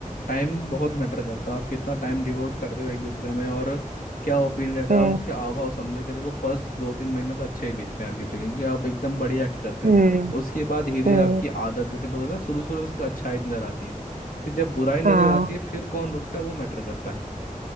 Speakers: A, on the left (about 75°); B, on the right (about 70°).
A: टाइम बहुत मैटर करता है आप कितना टाइम डिवोट करते हो एक दूसरे में और क्या ओपिनियन रहता
B: हम्म
A: है आप उसके हाव भाव समझो कि देखो फर्स्ट दो तीन महीने तो अच्छे ही बीतते हैं हर किसी के क्योंकि आप एकदम बढ़िया एक्ट करते हैं
B: हम्म
A: उसके बाद धीरे धीरे
B: हम्म
A: आपकी आदत से बोलते हैं ना, शुरू शुरू में सिर्फ अच्छाई नजर आती है फिर जब बुराई नजर
B: हाँ
A: आती है फिर कौन रुकता है वो मैटर करता है